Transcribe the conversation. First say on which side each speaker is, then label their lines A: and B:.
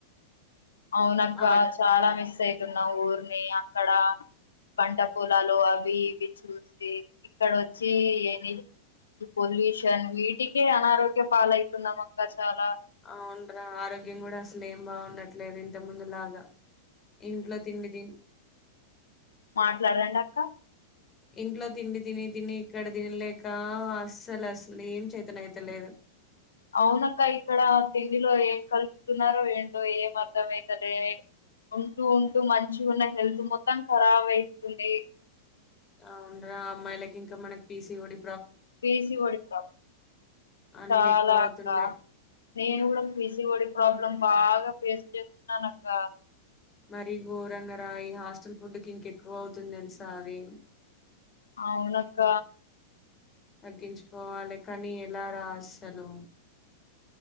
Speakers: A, on the left; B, on the left.
A: అవునక్కా
B: ఆ-
A: చాలా మిస్ అవుతున్నా ఊరిని అక్కడ పంట పొలాలు అవి ఇవి చూసి ఇక్కడ వచ్చి ఏ పొల్యూషన్ వీటికే అనారోగ్య పాలయితున్నాం అక్క చాలా
B: అవున్రా ఆరోగ్యం కూడా అసలు ఏం బాగుండట్లేదు ఇంత ముందు లాగా ఇంట్లో తిండి తిం
A: మాట్లాడరడి అక్క
B: ఇంట్లో తిండి తిని తిని ఇక్కడ తినలేక అస్సలు అసలు ఏం చైతన్ అయతలేదు
A: అవునక్క ఇక్కడ తిండిలో ఏం కలుపుతున్నారో ఏంటో ఏం అర్ధం అవుతలే ఉంటూ ఉంటూ మంచి ఉన్న హెల్త్ మొత్తం ఖరాబ్ అయితుంది
B: అవునరా అమ్మా ఎలాకి ఇంకా మన్ PC D
A: P C O D problem
B: అన్ని
A: చాలా
B: ఎక్కువ అవుతున్నాయి
A: అక్క నేను కూడా కసి ఒడి ప్రాబ్లం బాగా ఫేస్ చేస్తున్నాను అక్క
B: మరి గోరంగ రా హాస్టల్ ఫుడ్కి ఇంకెక్కువ అవుతుంది తెలుసా అది
A: అవునక్క
B: తగ్గించుకోవాలి కానీ ఎలా రా అసలు